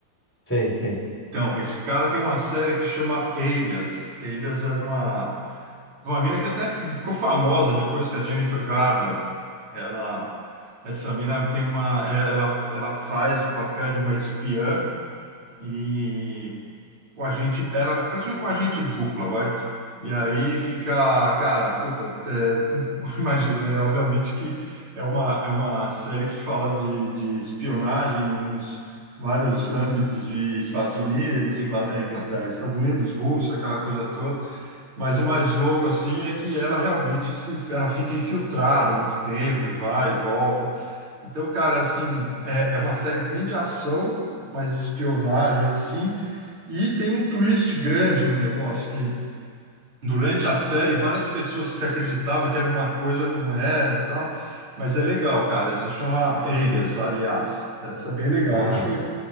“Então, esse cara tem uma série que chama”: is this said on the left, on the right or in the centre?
Right